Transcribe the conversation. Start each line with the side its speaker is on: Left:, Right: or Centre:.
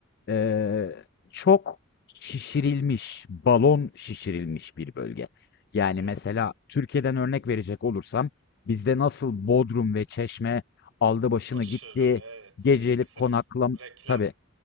Left: Eee, çok şişirilmiş, balon şişirilmiş bir bölge. Yani
Right: Hmm,
Left: mesela Türkiye'den örnek verecek olursam bizde nasıl Bodrum ve Çeşme aldı başını
Right: aşırı,
Left: gitti,
Right: evet.
Left: gecelik
Right: Yani sırf
Left: konaklam
Right: reklam,
Left: tabii